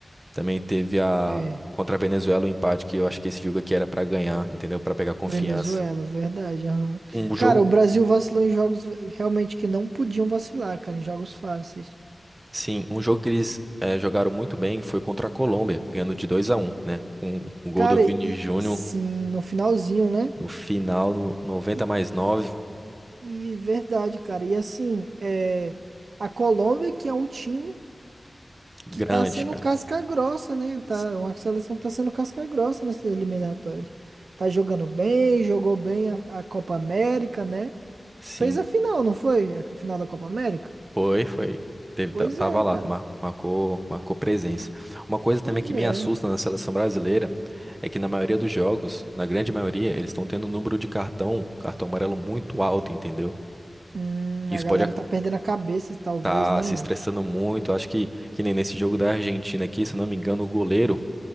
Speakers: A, on the right; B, on the right.
A: Também teve a
B: É,
A: contra a Venezuela um empate que eu acho que esse jogo aqui era pra ganhar, entendeu? Pra pegar confiança.
B: Venezuela, verdade. Aham.
A: Um jogo,
B: Cara, o Brasil vacilou em jogos realmente que não podiam vacilar, cara, em jogos fáceis.
A: sim, um jogo que eles eh, jogaram muito bem foi contra a Colômbia, ganhando de dois a um né? Um, um gol
B: Cara,
A: do Vini
B: e
A: Júnior
B: sim, no finalzinho, né?
A: no final, no noventa
B: E,
A: mais nove
B: e verdade, cara. E assim, é, a Colômbia, que é um time.
A: Grande,
B: que tá sendo
A: cara.
B: casca grossa, né? Tá,
A: S-
B: uma seleção que tá sendo casca grossa nessas eliminatórias. Tá jogando bem, jogou bem a, a Copa América, né?
A: Sim.
B: Fez a final, não foi? A final da Copa América?
A: Foi, foi. Teve,
B: Pois
A: ta- tava
B: é,
A: lá,
B: cara.
A: mar- marcou, marcou presença. Uma coisa também
B: Pois
A: que
B: é.
A: me assusta na seleção brasileira é que na maioria dos jogos, na grande maioria, eles estão tendo um número de cartão, cartão amarelo muito alto, entendeu?
B: Hum,
A: Isso
B: a galera
A: pode estar
B: tá perdendo a cabeça, talvez,
A: tá
B: né,
A: se
B: mano?
A: estressando muito. Acho que, que nem nesse jogo da Argentina aqui, se eu não me engano, o goleiro